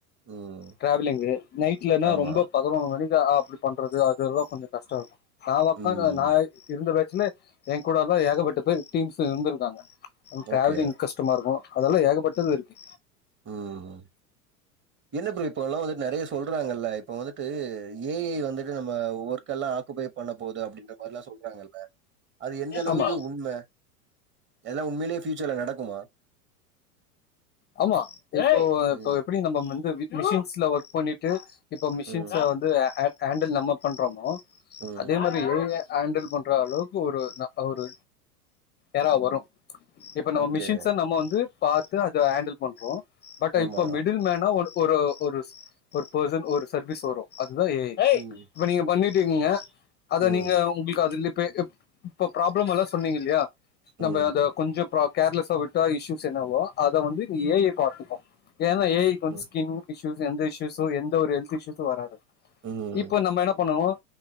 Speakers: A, on the right; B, on the left.
A: ம்.
B: டிராவலிங்கு நைட்லனா
A: ஆமா.
B: ரொம்ப பதினோரு மணி தா அப்டி பண்றது அதெல்லா கொஞ்சோ கஷ்டோ இருக்கு நா ஒக்காந்த
A: ம்.
B: நா இருந்த பே ச்ல என் கூடெல்லா ஏகப்பட்ட பேர் டீம்ஸ் இருந்திருக்காங்க டிராவலிங்
A: ஓகே.
B: கஷ்டமா இருக்கு அதெல்லா ஏகப்பட்டது இருக்கு
A: ம் இல்ல ப்ரோ இப்போ எல்லா வந்துட்டு நெறயா சொல்றாங்கல்ல இப்ப வந்துட்டு ஏ ஐ வந்துட்டு நம்ம ஒர்க் எல்லா ஆக்குபை பண்ண போது அப்டின்ற மாரில்லா சொல்றாங்கல்ல அது எந்த அளவுக்கு
B: ஆமா
A: உண்ம எல்லா உண்மைலயே ஃபியூச்சர்ல நடக்குமா
B: ஆமா இப்போ இப்ப
A: ம்.
B: எப்டி நம்ம வந்து வீட்டு மெஷின்ஸ்ல ஒர்க் பண்ணிட்டு இப்போ மிஷின்ஸ்
A: ம்.
B: வந்து ஹேண்டில் நம்ம பண்றோமோ
A: ம்.
B: அதே மாரி ஹேண்டல் பண்ற அளவுக்கு ஒரு ஒரு எரா வரு இப்ப நம்ம
A: ஓகே.
B: மிஷின்ஸ்ஸ நம்ம வந்து பாத்து அத ஹேண்டல் பண்றோம் பட்
A: ஆமா.
B: இப்ப மிடில் மேனா ஒரு பெர்சன் ஒரு சர்வீஸ் வரும் இப்ப
A: ம்.
B: நீங்க பண்ணிட்டிருக்கீங்க அத
A: ம்.
B: நீங்க உங்களுக்கு அதுல இப்ப ப்ராப்ளம் எல்லா சொன்னீங்க இல்லியா
A: ம்.
B: நம்ம அத கொஞ்ச ப்ராக் கேர்லெஸா விட்ட இஸ்ஸீஸ் என்னவோ அத வந்து ஏ ஐ பாத்துக்கு ஏன்னா ஏ ஐ வந்து
A: ம்.
B: ஸ்கின் எந்த இஸ்யூஸு எந்த ஒரு ஹெல்த் இஸுசு வராது
A: ம்.
B: இப்ப நம்ம என்ன பண்ணுவோம்